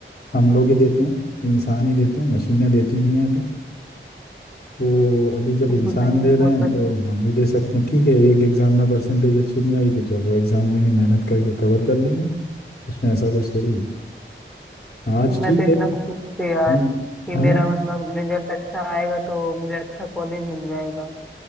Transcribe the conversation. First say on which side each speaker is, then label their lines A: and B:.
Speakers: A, on the left; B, in the centre.
A: हम लोग ही देते हैं इंसान ही देते हैं मशीनें देती नहीं है अभी तो अभी
B: <laughs>
A: जब इंसान
B: नहीं
A: दे रहे
B: वो
A: हैं
B: तो
A: तो हम भी दे सकते हैं ठीक है एक एग्जाम में परसेंटेज अच्छी नहीं आई तो जब वो एग्जाम देंगे मेहनत करके कवर कर लेंगे उसमें ऐसा कुछ थोड़ी है आज
B: मैं
A: ठीक
B: तो इतना
A: है
B: खुश थी
A: हम्म,
B: यार कि
A: हाँ
B: मेरा मतलब रिजल्ट अच्छा आएगा तो मुझे अच्छा कॉलेज मिल जाएगा